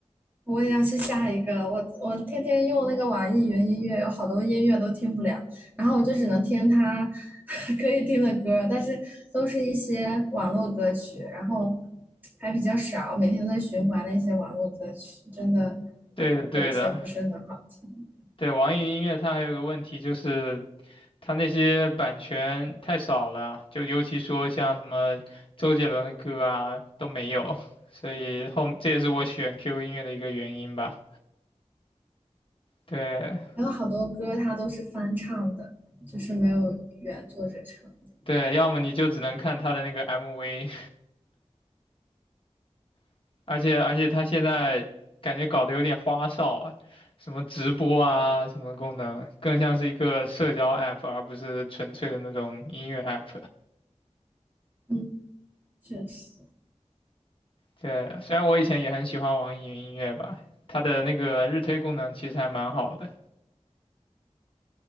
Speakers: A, on the right; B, on the left.
A: 我也要去下一个，我我天天用那个网易云音乐，有好多音乐都听不了，然后我就只能听它 <laughs> 可以听的歌，但是都是一些网络歌曲，然后还比较少，每天都在循环那些网络歌曲，真的
B: 对的，对的。
A: 有一些不是很好听，
B: 对，网易云音乐它还有个问题就是，它那些版权太少了啊，就尤其说像什么周杰伦的歌啊都没有，所以后这也是我选 QQ 音乐的一个原因吧。对
A: 还有好多歌它都是翻唱的，就是没有原作者唱的。
B: 对，要么你就只能看它的那个 MV，<laughs> 而且而且它现在感觉搞得有点花哨啊，什么直播啊，什么功能，更像是一个社交 app，而不是纯粹的那种音乐 app。
A: 嗯，确实，
B: 对，虽然我以前也很喜欢网易云音乐吧，它的那个日推功能其实还蛮好的。